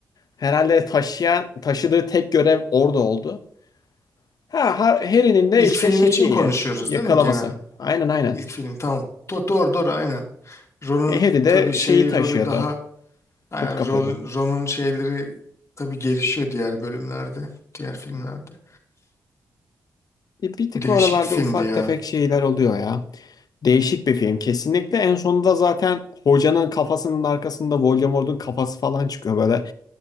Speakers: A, on the left; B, on the left.
A: herhalde taşıyan taşıdığı tek görev orada oldu. Ha, Har- Harry'nin de
B: İlk
A: işte
B: film
A: şeyi
B: için
A: iyi.
B: konuşuyoruz
A: Yakalaması.
B: değil mi genel?
A: Aynen aynen.
B: İlk film tamam. Do doğru doğru aynen. Ron'un
A: E, Harry de
B: tabii şeyi
A: şeyi taşıyordu.
B: rolü daha yani
A: Top kapıyordu.
B: rol, Ron'un şeyleri tabii gelişiyor diğer bölümlerde, diğer filmlerde.
A: E, bir tık
B: Değişik
A: oralarda
B: bir filmdi
A: ufak
B: ya.
A: tefek şeyler oluyor ya. Değişik bir film kesinlikle. En sonunda zaten hocanın kafasının arkasında Voldemort'un kafası falan çıkıyor böyle.